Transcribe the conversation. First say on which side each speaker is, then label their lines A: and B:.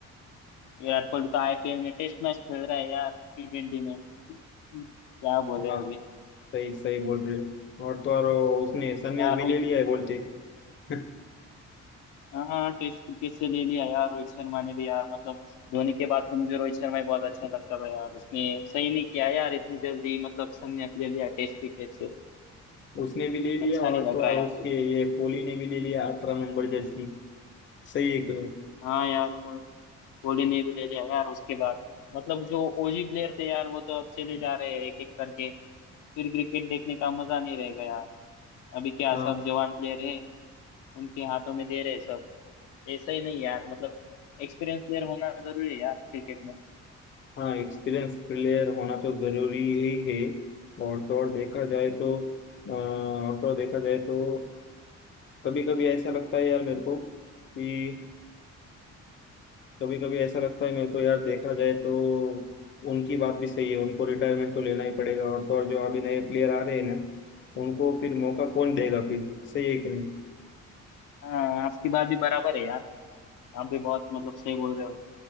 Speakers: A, on the left; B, on the left.
A: विराट कोहली तो आईपीएल में टेस्ट मैच खेल रहा है यार टी ट्वेंटी में क्या बोले
B: हाँ
A: अभी
B: सही सही बोल रहे हो और तो और वो उसने संन्यास
A: यार
B: भी
A: रोहित
B: ले लिया है बोलते <laughs>
A: हाँ टेस्ट क्रिकेट से ले लिया यार रोहित शर्मा ने भी यार मतलब धोनी के बाद तो मुझे रोहित शर्मा ही बहुत अच्छा लगता था यार उसने सही नहीं किया यार इतनी जल्दी मतलब संन्यास ले लिया टेस्ट क्रिकेट से
B: उसने भी ले लिया
A: अच्छा
B: और
A: नहीं लग
B: तो
A: रहा
B: और
A: यार
B: उसके ये कोहली ने भी ले लिया अठारह नंबर जर्सी सही है क्यों
A: हाँ यार को- कोहली ने भी ले लिया यार उसके बाद मतलब जो ओजी प्लेयर थे यार वो तो अब चले जा रहे हैं एक एक करके फिर क्रिकेट देखने का मजा नहीं रहेगा यार अभी क्या
B: हाँ
A: सब जवान प्लेयर है उनके हाथों में दे रहे हैं सब ऐसा ही नहीं यार मतलब एक्सपीरियंस प्लेयर होना जरूरी है यार क्रिकेट में
B: हाँ एक्सपीरियंस प्लेयर होना तो जरूरी ही है और तो और देखा जाए तो अ, और तो और देखा जाए तो कभी कभी ऐसा लगता है यार मेरे को कि कभी कभी ऐसा लगता है मेरे को यार देखा जाए तो उनकी बात भी सही है उनको रिटायरमेंट तो लेना ही पड़ेगा और तो और जो अभी नए प्लेयर आ रहे हैं ना उनको फिर मौका कौन देगा फिर सही है कि नहीं
A: हाँ आपकी बात भी बराबर है यार आप भी बहुत मतलब सही बोल रहे हो